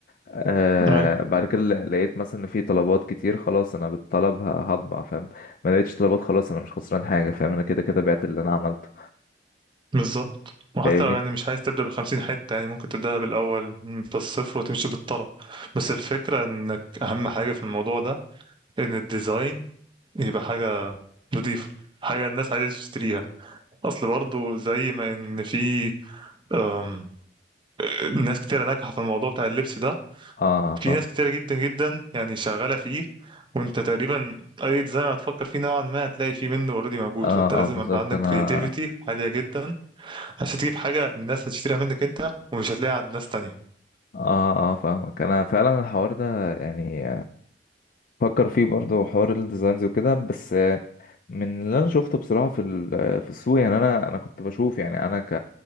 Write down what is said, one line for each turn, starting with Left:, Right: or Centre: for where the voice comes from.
Left: آه
Right: أيوه
Left: بعد كده ل- لقيت مثلا ان في طلبات كتير خلاص انا بالطلب ه- هطبع فاهم ما لقيتش طلبات خلاص انا مش خسران حاجه فاهم انا كده كده بعت اللي انا عملته
Right: بالظبط وحتى
Left: فاهمني
Right: لو يعني مش عايز تبدأ بالخمسين حتة يعني ممكن تبدأ بالأول بالصفر وتمشي بالطلب بس الفكرة إنك أهم حاجة في الموضوع ده إن الديزاين يبقى حاجة نضيفة حاجة الناس عايزة تشتريها أصل برضو زي ما إن في أم، ناس كتيرة ناجحة في الموضوع بتاع اللبس ده
Left: اه
Right: في
Left: فاهم
Right: ناس كتيرة جدا جدا يعني شغالة فيه وانت تقريبا أي ديزاين هتفكر فيه نوعا ما هتلاقي فيه منه اوريدي موجود
Left: اه
Right: وانت لازم
Left: اه بالظبط
Right: يبقى عندك
Left: انا
Right: كرياتيفيتي عالية جدا عشان تجيب حاجة الناس هتشتريها منك أنت ومش هتلاقيها عند ناس تانية
Left: اه اه فاهمك انا فعلا الحوار ده يعني فكر فيه برضو حوار الديزاينز وكده بس آه، من اللي انا شفته بصراحه في ال- في السوق يعني انا انا كنت بشوف يعني انا ك